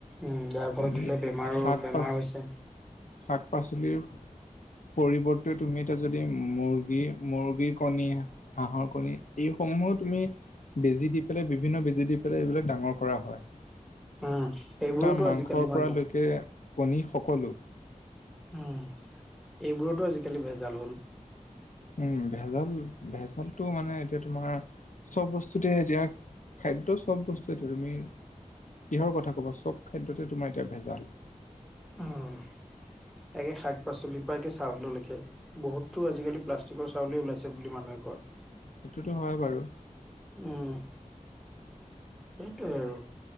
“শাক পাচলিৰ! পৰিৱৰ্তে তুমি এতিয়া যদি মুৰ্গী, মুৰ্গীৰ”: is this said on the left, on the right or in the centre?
Left